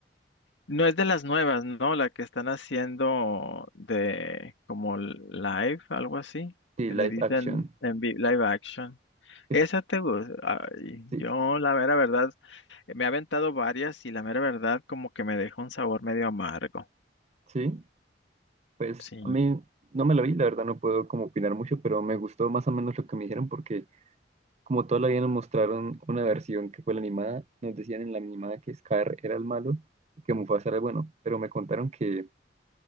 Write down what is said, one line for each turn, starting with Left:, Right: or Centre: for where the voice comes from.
Left: No es de las nuevas, ¿no? La que están haciendo de como live, algo así,
Right: Sí,
Left: que
Right: live
Left: le dicen
Right: action.
Left: en vi- live action.
Right: Es-
Left: Esa te gusta. Ay,
Right: sí,
Left: yo la mera verdad, eh, me he aventado varias y la mera verdad como que me deja un sabor medio amargo.
Right: sí, pues
Left: Sí.
Right: a mí no me la vi, la verdad no puedo como opinar mucho, pero me gustó más o menos lo que me dijeron porque Como todavía nos mostraron una versión que fue la animada, nos decían en la animada que Scar era el malo y que Mufasa era el bueno, pero me contaron que,